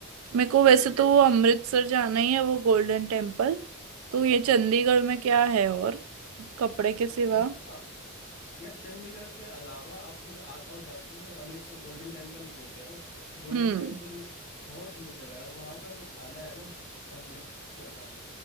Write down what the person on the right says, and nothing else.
मेरे को वैसे तो वो अमृतसर जाना ही है वो गोल्डन टेम्पल तो ये चंडीगढ़ में क्या है और कपड़े के सिवा
हम्म